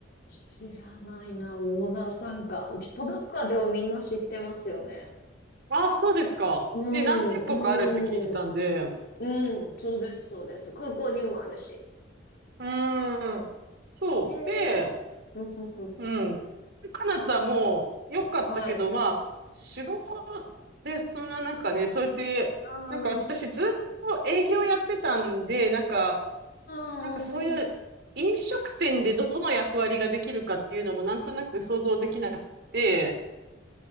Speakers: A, on the left (about 60°); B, on the right (about 60°).
A: 知らないな、オーナーさんか。ジャパドックはでもみんな知ってますよね。
B: ああ、そうですか。
A: うん、
B: ね、何店舗かあるって聞いたんで。
A: う
B: う
A: ん、うん、そうです、そうです。空港にもあるし。
B: ーん。そう。
A: へえ、
B: で、
A: すうんふんふん
B: うん。カナダも良かったけど、
A: はい。
B: まあ、仕事で、そんななんかね、そうやって、
A: ああ、
B: なんか私ずっと営業やってたんで、
A: うん、
B: なんか、
A: うん、
B: なんかそういう飲食店でどの役割ができるかっていうのもなんとなく想像できなくて、